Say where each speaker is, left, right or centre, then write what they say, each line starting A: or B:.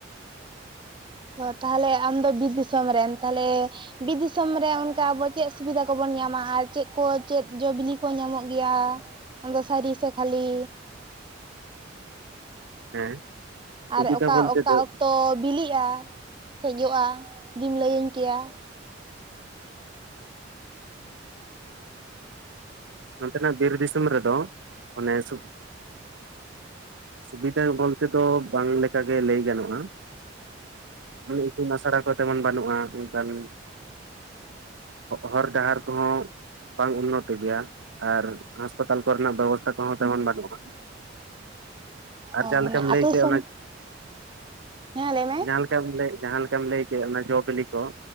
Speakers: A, on the right; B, on the right.
A: ᱛᱚ ᱛᱟᱦᱚᱞᱮ ᱟᱢᱫᱚ ᱵᱤᱨ ᱫᱤᱥᱚᱢ ᱨᱮᱱ ᱛᱟᱦᱚᱞᱮ ᱵᱤᱨ ᱫᱤᱥᱚᱢ ᱨᱮ ᱚᱱᱠᱟ ᱟᱵᱚ ᱪᱮᱫ ᱥᱩᱵᱤᱫᱷᱟ ᱠᱚᱵᱚᱱ ᱧᱟᱢᱟ ᱟᱨ ᱪᱮᱫ ᱠᱚ ᱪᱮᱫ ᱡᱚᱼᱵᱤᱞᱤ ᱠᱚ ᱧᱟᱢᱚᱜ ᱜᱮᱭᱟ ᱟᱫᱚ ᱥᱟᱹᱨᱤ ᱥᱮ ᱠᱷᱟᱹᱞᱤ
B: ᱦᱮᱸ ᱥᱩᱵᱤᱫᱷᱟ
A: ᱟᱨ ᱚᱠᱟ
B: ᱵᱚᱞᱛᱮ
A: ᱚᱠᱟ
B: ᱫᱚ
A: ᱚᱠᱛᱚ ᱵᱤᱞᱤᱜᱼᱟ ᱥᱮ ᱡᱚᱜᱼᱟ ᱡᱩᱫᱤᱢ ᱞᱟᱹᱭᱟᱹᱧ ᱠᱮᱭᱟ
B: ᱱᱚᱛᱮᱱᱟᱜ ᱵᱤᱨ ᱫᱤᱥᱚᱢ ᱨᱮᱫᱚ ᱚᱱᱮ ᱥᱩᱠ ᱥᱩᱵᱤᱫᱷᱟ ᱵᱚᱞᱛᱮ ᱫᱚ ᱵᱟᱝᱞᱮᱠᱟᱜ ᱜᱮ ᱞᱟᱹᱭ ᱜᱟᱱᱚᱜᱼᱟ ᱤᱛᱩᱱ ᱟᱥᱲᱟ ᱠᱚ ᱛᱮᱢᱚᱱ ᱵᱟᱹᱱᱩᱜᱼᱟ ᱚᱱᱠᱟᱱ ᱦᱚᱨ ᱰᱟᱦᱟᱨ ᱠᱚᱦᱚᱸ ᱵᱟᱝ ᱩᱱᱚᱛᱤ ᱜᱮᱭᱟ ᱟᱨ ᱦᱟᱸᱥᱯᱟᱛᱟᱞ ᱠᱚᱨᱮᱱᱟᱜ ᱵᱮᱵᱚᱥᱛᱷᱟ ᱠᱚᱦᱚᱸ ᱛᱮᱢᱚᱱ ᱵᱟᱹᱱᱩᱜ-ᱟ ᱟᱨ
A: ᱚ
B: ᱡᱟᱦᱟᱸ
A: ᱢᱟᱱᱮ
B: ᱞᱮᱠᱟᱢ ᱞᱟᱹᱭ
A: ᱟᱹᱛᱩ
B: ᱠᱮᱭᱟ
A: ᱫᱤᱥᱚᱢ
B: ᱚᱱᱟ
A: ᱦᱮᱸ ᱞᱟᱹᱭ ᱢᱮ
B: ᱡᱟᱦᱟᱸ ᱞᱮᱠᱟᱢ ᱞᱟᱹᱭ ᱡᱟᱦᱟᱸᱞᱮᱠᱟᱢ ᱞᱟᱹᱭ ᱠᱮᱫ ᱚᱱᱟ ᱡᱚᱼ ᱵᱤᱞᱤ ᱠᱚ